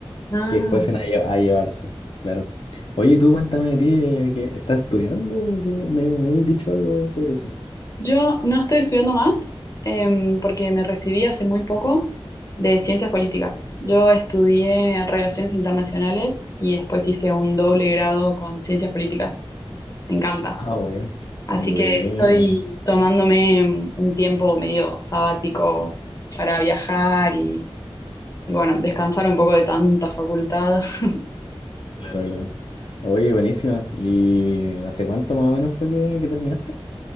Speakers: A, on the left; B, on the left.
A: Ah,
B: que fuesen a, lle- a llevarse, claro. Oye, tú cuéntame de ti, eh, que estás estudiando, que me, me has dicho algo sobre eso.
A: yo no estoy estudiando más em, porque me recibí hace muy poco de ciencias políticas. Yo estudié relaciones internacionales y después hice un doble grado con ciencias políticas. Me encanta.
B: Ah, bueno.
A: Así
B: Bueno,
A: que estoy tomándome un tiempo medio sabático para viajar y, y, bueno, descansar un poco de tanta facultad. <laughs>
B: Claro. Claro, claro. Oye, buenísima. ¿Y hace cuánto más o menos fue que, que terminaste?